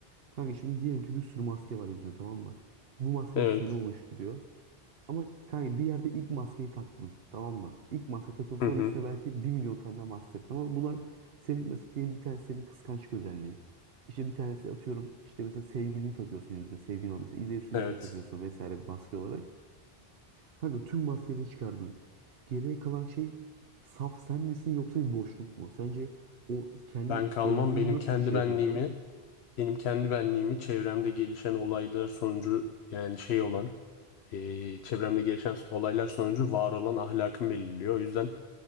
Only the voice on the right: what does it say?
Kanka şimdi diyelim ki bir sürü maske var yüzünde tamam mı? Bu maskeler
seni oluşturuyor. Ama kanka bir yerde ilk maskeyi taktın tamam mı? İlk maske takıp
sonra
üstüne belki bir milyon tane daha maske taktın. Ama bunlar senin mesela diyelim bir tanesi senin kıskançlık özelliğin. İşte bir tanesi atıyorum işte mesela sevgilini takıyorsun yüzüne. Sevgilin olmuş. Mesela İzeysu yüzüne
takıyorsun vesaire bir maske olarak. Kanka tüm maskeleri çıkardın. Geriye kalan şey saf sen misin yoksa bir boşluk mu? Sence o kendi
özlüğünü
nasıl
şey
yapıyorsun?